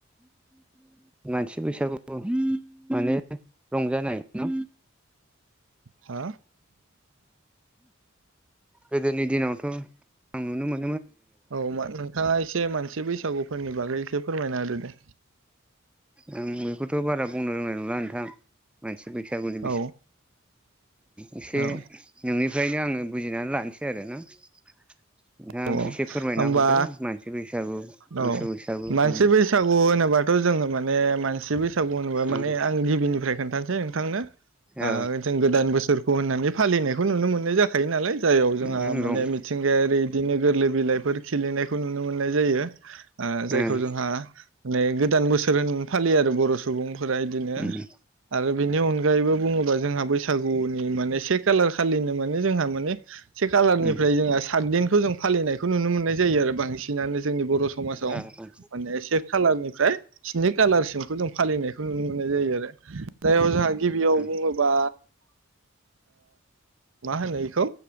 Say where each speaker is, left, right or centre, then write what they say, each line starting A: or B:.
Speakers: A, in the centre; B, on the right (about 65°).
A: मानसि बैसागु माने रंजानाय ना?
B: हा
A: गोदोनि दिनावथ' आं नुनो मोनो
B: औ नोंथाङा एसे मानसि बैसागुफोरनि बागै एसे फोरमायना होदो दे
A: आं बेखौथ' बारा बुंनो रोंनाय नंला नोंथां मानसि बैसागुनि
B: औ
A: एसे
B: औ
A: नोंनि ओंखायनो आङो बुजिनानै लानोसै आरो ना नोंथा
B: औ
A: एसे फोरमायना
B: होमबा
A: हरदो मानसि बैसागु
B: औ
A: मोसौ बैसागु
B: मानसि
A: उम
B: बैसागु होनोबाथ' जोङो माने माने मानसि बैसागु होनोबा माने
A: उम
B: आं गिबिनिफ्राय खोन्थानोासै नोंथांनो
A: औ
B: जों गोदान बोसोरखौ होननानै फालिनायखौ नुनो मोननाय जाखायो नालाय जाययाव जोंहा
A: उम
B: माने
A: रं
B: मिथिंगायारि बिदिनो गोरलै बिलाइफोर खिलिनायखौ नुनो मोननाय जायो जायखौ
A: उम
B: जोंहा माने गोदान बोसोर होन फालियो आरो बर' सुबुंफोरा इदिनो
A: उम
B: आरो बिनि अनगायैबो बुङोबा जोंहा बैसागुनि से खालार खालि मान जोंहा मान से खालारनिफ्राय
A: उम
B: जों सादीनखौ जों फालिनायखौ नुनो मोननाय जायो आरो बांसिनानो जोंनि बर' समाजाव
A: ओ
B: माने से खालारनिफ्राय स्नि खालारसिमखौ जों फालिनायखौ नुनो मोननाय जायो आरो जोंहा गिबियाव
A: ओ
B: बुङोबा मा होनोखौ